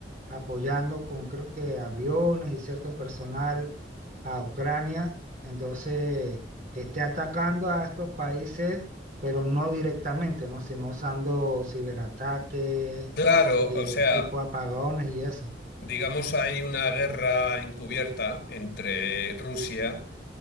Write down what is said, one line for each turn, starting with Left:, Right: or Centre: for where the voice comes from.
Right: apoyando con creo que aviones y cierto personal a Ucrania, entonces esté atacando a estos países, pero no directamente, ¿no? Sino usando ciberataques,
Left: Claro,
Right: eh,
Left: o sea,
Right: tipo apagones y eso.
Left: digamos hay una guerra encubierta entre Rusia